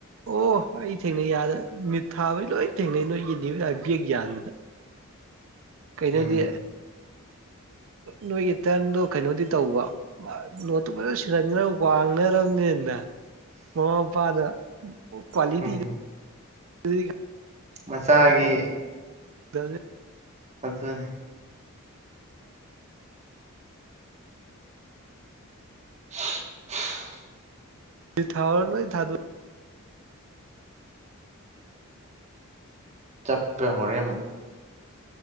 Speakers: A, on the right (about 65°); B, on the right (about 30°).
A: ꯑꯣ ꯑꯩ ꯊꯦꯡꯅꯩ ꯑꯥꯗ ꯅꯤꯠ ꯊꯥꯕꯩ ꯂꯣꯏ ꯊꯦꯡꯅꯩ ꯅꯣꯏꯒꯤ ꯅ꯭ꯌꯨꯌꯔ ꯕꯦꯛ ꯌꯥꯟꯕꯗ ꯀꯩꯅꯣꯗꯤ
B: ꯎꯝ
A: ꯅꯣꯏꯒꯤ ꯇꯔꯟꯗꯣ ꯀꯩꯅꯣꯗꯤ ꯇꯧꯕ ꯅꯣꯠꯇꯣ ꯐꯖꯅ ꯁꯤꯟꯂꯝꯅꯤꯅ ꯋꯥꯡꯅꯔꯝꯅꯤꯅ ꯃꯃꯥ ꯃꯄꯥꯅ ꯀ꯭ꯋꯥꯂꯤꯇꯤ
B: ꯎꯝ
A: <unintelligible>
B: ꯃꯆꯥꯒꯤ
A: <unintelligible>
B: ꯗꯥꯛꯇꯔꯅꯦ <unintelligible>
A: ꯅꯤꯠ ꯊꯥꯑꯣ ꯂꯣꯏ ꯊꯥꯗꯣꯛ
B: ꯆꯞꯄ꯭ꯔꯥ ꯍꯣꯔꯦꯟ ꯑꯃꯨꯛ